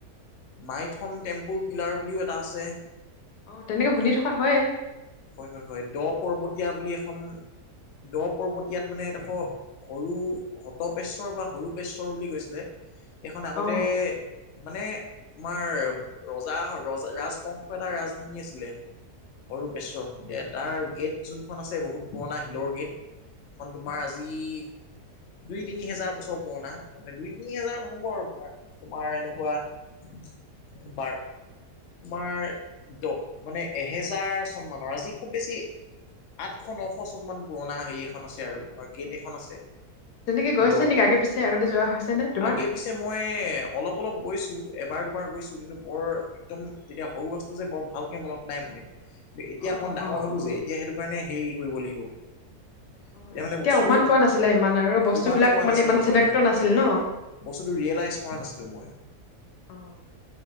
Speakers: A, on the left (about 65°); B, on the left (about 85°).
A: মাইথন টেম্পুল পিলাৰ বুলিও এটা আছে। <unintelligible>
B: অঁ! তেনেকে শুনি থকা হয়। <unintelligible>
A: হয়-হয়-হয়, দ পৰ্বতীয়া বুলি এখন দ পৰ্বতীয়াত মানে এদখ <unintelligible> সৰু হতপেশ্বৰ বা সৰু পেশ্বৰ বুলি কৈছিলে এইখন আগতে
B: অ
A: <unintelligible> মানে <inaudible> তোমাৰ ৰজা <unintelligible> ৰাজবংশৰ এটা ৰাজধানী আছিলে। অৰূপেশ্বৰ সন্ধিয়া। তাৰ গেট যোনখন আছে বহুত পুৰণা শিলৰ গেট। <unintelligible> সেইখন তোমাৰ
B: অ
A: আজি <inaudible> দুই-তিনি হেজাৰ বছৰ পুৰণা মানে দুই-তিনি হেজাৰ নহব আৰু তোমাৰ। তোমাৰ এনেকুৱা <unintelligible> <unintelligible> বাৰ তোমাৰ দ মানে এহেজাৰ চন মানৰ আজি খুব বেছি <unintelligible> আঠশ-নশ চন মান পুৰণা হেৰি এখন আছে আৰু তোমাৰ গেট এখন আছে। <unintelligible>
B: তেনেকে
A: শিলৰ
B: গৈছে নেকি আগে-পিছে আগতে যোৱা হৈছে নে তোমাৰ?
A: আগে
B: <unintelligible>
A: পিছে মই অলপ-অলপ গৈছোঁ। এবাৰ-দুবাৰ গৈছোঁ। কিন্তু বৰ <unintelligible> একদম তেতিয়া সৰু আছিলোঁ যে বৰ ভালকে মনত নাই মানে। <unintelligible> এতিয়া
B: অ
A: অকমান ডাঙৰ
B: অ
A: হলো
B: অ
A: যে এতিয়া সেইটো কাৰণে হেৰি কৰিব লাগিব। <unintelligible>
B: অ
A: এতিয়া মানে
B: তেতিয়া
A: বস্তুটো
B: উমান পোৱা নাছিলে ইমান আৰু বস্তুবিলাক
A: উমান পোৱা
B: মানে
A: নাছিলোঁ।
B: ইমান চিনাক্ত
A: হয়-হয়-হয়।
B: নাছিল
A: <unintelligible>
B: ন
A: বস্তুটো ৰিয়েলাইজ কৰা নাছিলো মই। <unintelligible>
B: অঁ! <unintelligible>